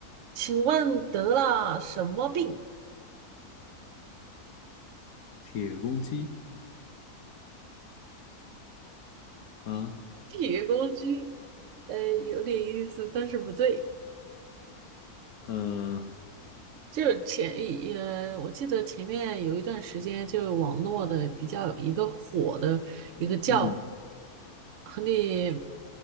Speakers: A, on the right (about 65°); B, on the left (about 70°).
A: 请问得了什么病？
B: 铁公鸡啊，
A: 铁公鸡，呃，有点意思，但是不对。
B: 呃，
A: 就是前也，呃我记得前面有一段时间，就是网络的比较一个火的一个叫
B: 嗯，
A: 和你